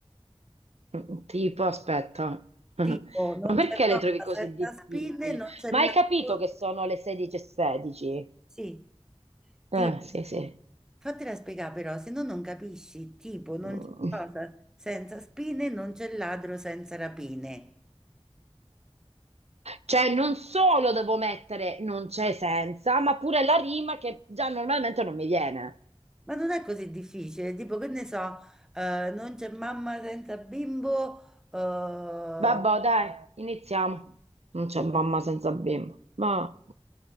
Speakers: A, on the right; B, in the centre.
A: Mm, Tipo, aspetta, <laughs> ma
B: Tipo, non
A: perché
B: c'è sosta
A: le trovi così
B: senza
A: difficili?
B: spine, non c'è
A: Ma
B: latte.
A: hai capito che sono le 16.16?
B: Sì, tipo,
A: Ah, sì, sì.
B: fatela spiegare però, se no non capisci. Tipo, non
A: Mm.
B: c'è cosa senza spine, non c'è ladro senza rapine.
A: Cioè, non solo devo mettere non c'è senza, ma pure la rima che già normalmente non mi viene.
B: Ma non è così difficile, tipo, che ne so, eh, non c'è mamma senza bimbo, eh,
A: Vabbè, dai, iniziamo. Non c'è mamma senza bimbo. Ma...